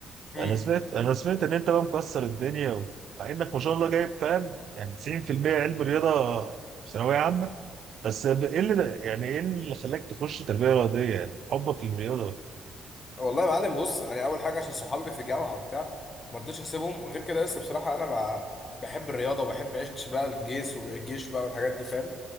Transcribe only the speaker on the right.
انا سمعت انا سمعت ان انت بقى مكسر الدنيا و- مع انك ما شاء الله جايب فاهم يعني 90% علم رياضه في ثانويه عامه بس ب- ايه اللي ده يعني ايه اللي خلاك تخش تربيه رياضيه يعني حبك للرياضه